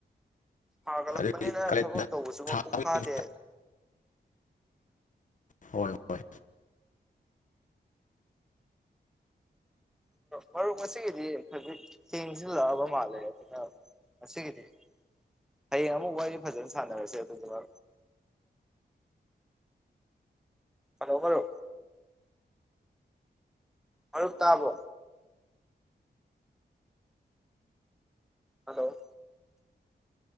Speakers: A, in the centre; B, on the left.
A: ꯁꯥꯒꯠꯂꯛꯄꯅꯤꯅ
B: ꯑꯗꯒꯤ ꯀꯥꯂꯦꯟ
A: ꯊꯕꯛ
B: ꯊꯥ
A: ꯇꯧꯕꯁꯨ
B: ꯁꯥꯕꯒꯤ
A: ꯃꯄꯨꯡ ꯐꯥꯗꯦ
B: ꯍꯣꯏ ꯍꯣꯏ
A: ꯃꯔꯨꯞ ꯉꯁꯤꯒꯤꯗꯤ ꯈꯖꯤꯛ ꯊꯦꯡꯁꯤꯜꯂꯛꯑꯕ ꯃꯥꯜꯂꯦ ꯑꯗꯨꯅ ꯉꯁꯤꯒꯤꯗꯤ ꯍꯌꯦꯡ ꯑꯃꯨꯛ ꯋꯥꯔꯤ ꯐꯖꯅ ꯁꯥꯟꯅꯔꯁꯦ ꯑꯗꯨꯗꯨꯅ ꯍꯂꯣ ꯃꯔꯨꯞ ꯍꯂꯣ ꯇꯥꯕ꯭ꯔꯣ ꯍꯜꯂꯣ